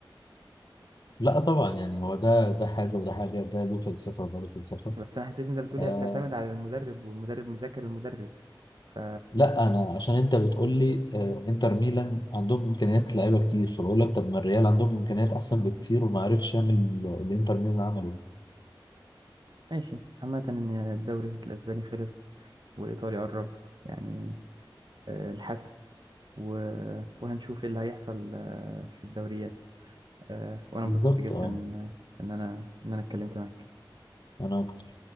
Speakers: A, on the left (about 55°); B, on the right (about 65°).
A: لا طبعا يعني هو ده ده حاجه وده حاجه ده له فلسفه وده له فلسفه
B: بس انا حسيت إن انت بتقولي
A: آه
B: هي بتعتمد على المدرب والمدرب مذاكر المدرب ف
A: لا انا عشان انت بتقول لي آه انتر ميلان عندهم امكانيات لعيبه كتير فبقول لك طب ما الريال عندهم امكانيات احسن بكتير وما عرفش يعمل اللي انتر ميلان عمله
B: ماشي عامة ان الدوري الاسباني خلص والايطالي قرب يعني آه، الحسم و... وهنشوف ايه اللي هيحصل آه، في الدوريات آه، وانا
A: بالظبط
B: انبسطت جدا
A: اه
B: آه، ان انا ان انا اتكلمت معاك
A: انا